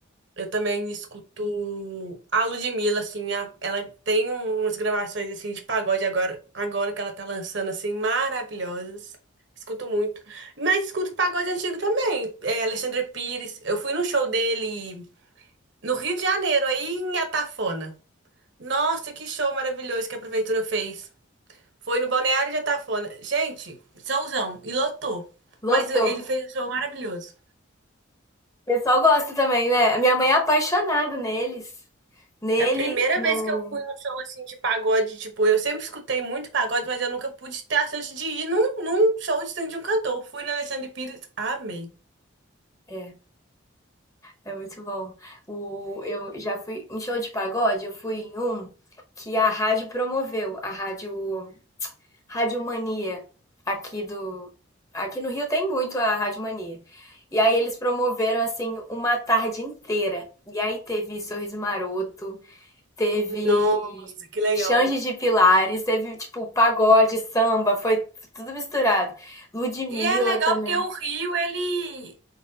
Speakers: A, on the right; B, on the left.
A: Eu também escuto a Ludmilla, assim, a- ela tem umas gravações, assim, de pagode agora, agora que ela tá lançando, assim, maravilhosas. Escuto muito. Mas escuto pagode antigo também, é, Alexandre Pires. Eu fui no show dele no Rio de Janeiro, aí em Atafona. Nossa, que show maravilhoso que a prefeitura fez. Foi no Balneário de Atafona. Gente, showzão, e lotou.
B: Lotou.
A: Mas ele fez um show maravilhoso.
B: O pessoal gosta também, né? A minha mãe é apaixonada neles. Nele,
A: É a primeira
B: no.
A: vez que eu fui num show assim de pagode, tipo, eu sempre escutei muito pagode, mas eu nunca pude ter a chance de ir num, num show de de um cantor. Fui na Alexandre Pires, amei.
B: É, é muito bom. O, eu já fui em show de pagode, eu fui em um que a rádio promoveu, a rádio, rádio Mania, aqui do. Aqui no Rio tem muito a Rádio Mania. E aí eles promoveram, assim, uma tarde inteira. E aí teve Sorriso Maroto, teve
A: Nossa, que legal.
B: Xande de Pilares, teve tipo pagode, samba, foi tudo misturado. Ludmilla
A: E é legal
B: também.
A: porque o Rio, ele.